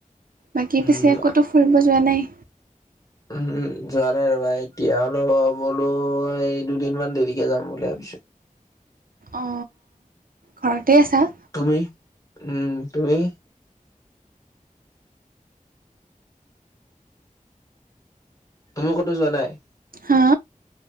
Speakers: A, on the right; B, on the left.
A: বাকী
B: উম,
A: পিছে ক'তো ফুৰিব যোৱা নাই?
B: উম যোৱা নাই ৰবা এতিয়া অলপ বোলো এই দুদিন মান দেৰিকে যাম বুলি ভাবিছো।
A: অ ঘৰতে আছা?
B: তুমি উম তুমি? তুমি ক'তো যোৱা নাই?
A: হা